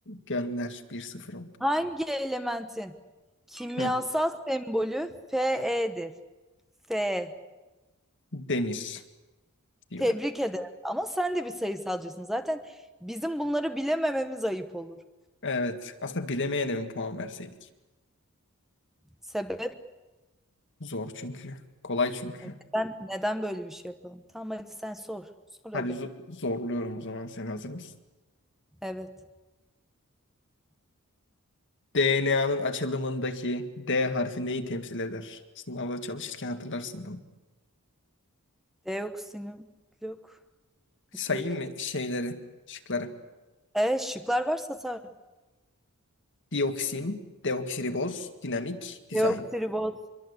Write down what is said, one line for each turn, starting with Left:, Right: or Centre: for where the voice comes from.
Left: Gönder bir sıfır oldu.
Centre: Hangi elementin kimyasal
Left: Hı,
Centre: sembolü Fe'dir? Fe.
Left: demir diyorum.
Centre: Tebrik ederim. Ama sen de bir sayısalcısın. Zaten bizim bunları bilemememiz ayıp olur.
Left: Evet aslında bilemeyene mi puan verseydik?
Centre: Sebep
Left: Zor çünkü. Kolay çünkü.
Centre: E, neden, neden böyle bir şey yapalım? Tamam hadi sen sor. Sor
Left: Hadi
Centre: hadi.
Left: zo- zorluyorum o zaman sen hazır mısın?
Centre: Evet.
Left: DNA'nın açılımındaki D harfi neyi temsil eder? Sınavda çalışırken hatırlarsın bunu.
Centre: Deoksinim yok.
Left: Sayayım
Centre: Nükleik
Left: mı
Centre: asit.
Left: şeyleri, şıkları?
Centre: E şıklar varsa sor.
Left: Dioksin, deoksiriboz, dinamik, dizayn.
Centre: Deoksiriboz.